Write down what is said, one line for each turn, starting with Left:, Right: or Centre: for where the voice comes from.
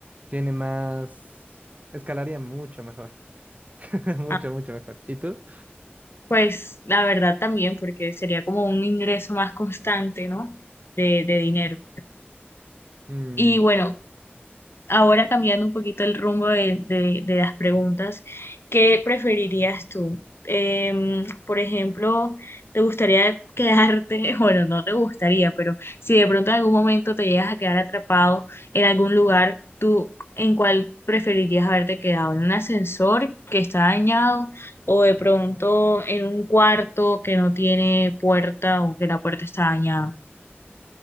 Right: Tiene más, escalaría mucho mejor, <laughs> mucho,
Left: Ah,
Right: mucho mejor. ¿Y tú?
Left: Pues la verdad también, porque sería como un ingreso más constante, ¿no? De, de dinero.
Right: Mm,
Left: Y bueno, Ahora cambiando un poquito el rumbo de, de- de las preguntas, ¿qué preferirías tú? Em, por ejemplo, ¿te gustaría quedarte, <laughs> bueno, no te gustaría, pero si de pronto en algún momento te llegas a quedar atrapado en algún lugar, ¿tú en cuál preferirías haberte quedado? ¿En un ascensor que está dañado o de pronto en un cuarto que no tiene puerta o que la puerta está dañada?